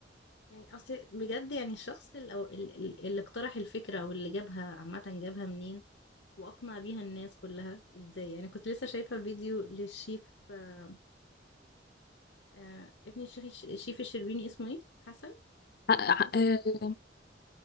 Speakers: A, on the left (about 80°); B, on the left (about 55°).
A: يعني اصل بجد يعني الشخص اللي, أو ال- اللي اقترح الفكرة او اللي جابها عامة جابها منين واقنع بيها الناس كلها ازاي يعني كنت لسه شايفة فيديو للشيف آه آه ابن الشيخ الش- الشيف الشربيني اسمه ايه حسن
B: ح-
A: اسمه
B: ح-
A: ايه
B: آه،